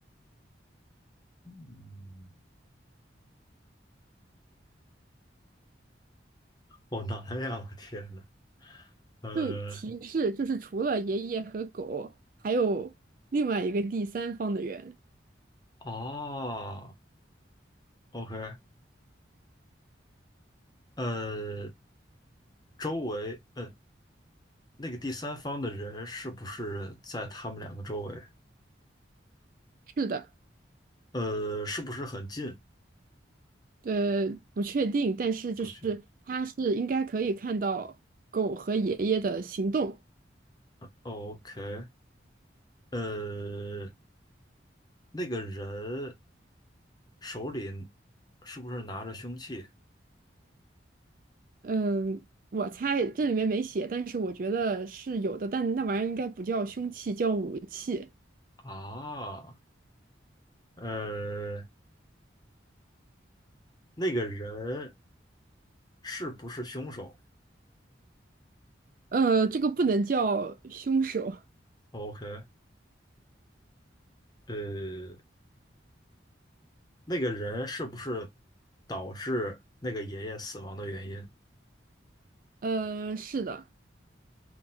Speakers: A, on the left; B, on the right.
A: 嗯，好难呀！我天呐。呃，
B: 就提示就是除了爷爷和狗，还有另外一个第三方的人。
A: 哦，OK，呃，周围，呃，那个第三方的人是不是在他们两个周围？
B: 是的。
A: 呃，是不是很近？
B: 呃，不确定，但是就是它是应该可以看到狗和爷爷的行动。
A: 不去。哦 OK，呃，那个人手里是不是拿着凶器
B: 嗯，我猜这里面没写，但是我觉得是有的，但那玩意儿应该不叫凶器，叫武器。
A: 啊？呃，那个人是不是凶手
B: 呃，这个不能叫凶手。
A: ？OK，呃，那个人是不是导致那个爷爷死亡的原因？
B: 呃，是的，